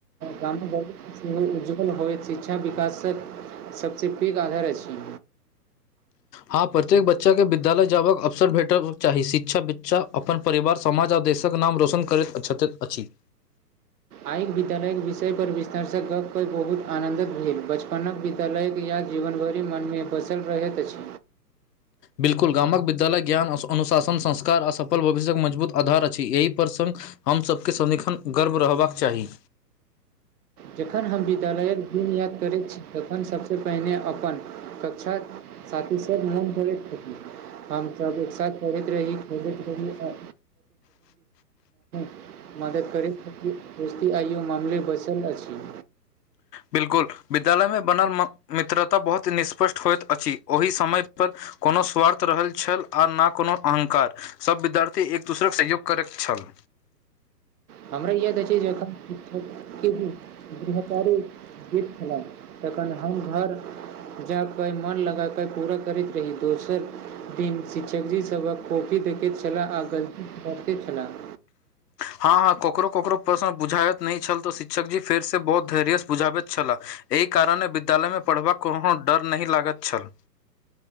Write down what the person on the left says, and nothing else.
हँ प्रत्येक बच्चा के विद्यालय जयबाक अवसर भेटल चाही शिक्षा बच्चा अपन परिवार समाज आ देशक नाम रोशन करैत अछि
बिल्कुल गामक विद्यालय ज्ञान अनुशासन संस्कार आ सफल भविष्यक मजबुत आधार अछि एहि प्रसंग हम सबके सदिखन गर्व रहबाक चाही
बिल्कुल विद्यालय मे बनल म मित्रता बहुत ही निष्पष्ट होइत अछि ओहि समय पर कोनो स्वार्थ रहल छल आ ना कोनो अहंकार सब विद्यार्थी एक दोसराक सहयोग करैत छल
हं हं ककरो ककरो प्रश्न बुझायत नै छल तऽ शिक्षक जी फेरस बहुत धैर्यस बुझाबैत छलाह एहि कारणे विद्यालय मे पढ़बाक कोनो डर नहि लागत छल